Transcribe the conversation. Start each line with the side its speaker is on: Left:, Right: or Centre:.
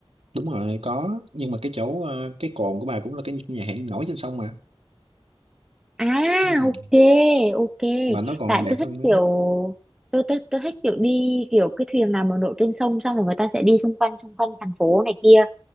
Right: đúng rồi có nhưng mà cái chỗ ờ, cái cồn của bà cũng là cái nhà hàng nổi trên sông mà
Centre: À
Right: Đúng rồi.
Centre: ok ok
Right: mà nó còn
Centre: Tại
Right: đẹp
Centre: tôi thích
Right: hơn đấy
Centre: kiểu tôi, tôi, tôi thích kiểu đi kiểu cái thuyền nào mà nổi trên sông Xong rồi người ta sẽ đi xung quanh xung quanh thành phố này kia